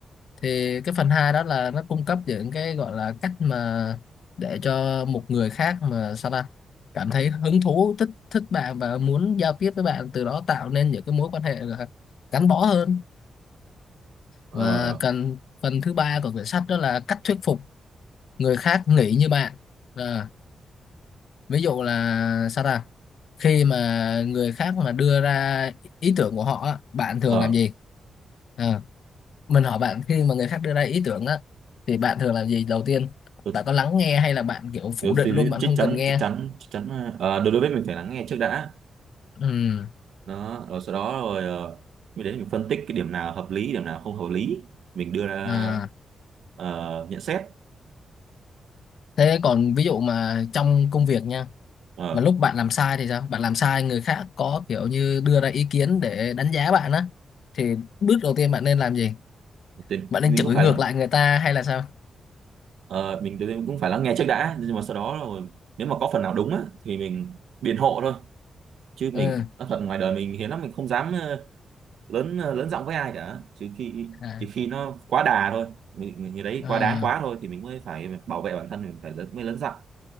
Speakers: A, on the left (about 65°); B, on the right (about 85°).
A: thì cái phần hai đó là nó cung cấp những cái gọi là cách mà để cho một người khác mà sao ta cảm thấy hứng thú thích thích bạn và muốn giao tiếp với bạn từ đó tạo nên những cái mối quan hệ là gắn bó hơn
B: ờ
A: và cần phần thứ ba của quyển sách đó là cách thuyết phục người khác nghĩ như bạn à, ví dụ là sao ta khi mà người khác mà đưa ra ý tưởng của họ á, bạn thường
B: ờ
A: làm gì à, mình hỏi bạn khi mà người khác đưa ra ý tưởng á thì bạn thường làm gì đầu tiên
B: được
A: bạn có lắng nghe hay là bạn kiểu phủ
B: được
A: định
B: thì
A: luôn bạn
B: chắc
A: không
B: chắn
A: cần nghe
B: chắc chắn chắc chắn ờ, ờ, đối đối với mình phải lắng nghe trước đã
A: ừ.
B: đó rồi sau đó rồi ờ, mới đến mình phân tích cái điểm nào hợp lý điểm nào không hợp lý mình đưa ra
A: à,
B: ờ, nhận xét
A: thế còn ví dụ mà trong công việc nha
B: Ờ,
A: mà lúc bạn làm sai thì sao bạn làm sai người khác có kiểu như đưa ra ý kiến để đánh giá bạn á thì bước đầu tiên bạn nên làm gì
B: thì
A: bạn
B: mình
A: nên chửi
B: cũng phải
A: ngược
B: lắng
A: lại người ta hay là sao
B: ờ, mình, mình cũng phải lắng nghe trước đã nhưng mà sau đó rồi nếu mà có phần nào đúng á, thì mình biện hộ thôi chứ
A: ừ
B: mình nói thật ngoài đời mình hiếm lắm mình không dám ờ, lớn ờ, lớn giọng với ai cả chỉ khi
A: à,
B: chỉ khi nó quá đà thôi mình, mình người đấy
A: ừ.
B: quá đáng quá thôi thì mình mới phải bảo vệ bản thân mình phải lớn, mới lớn giọng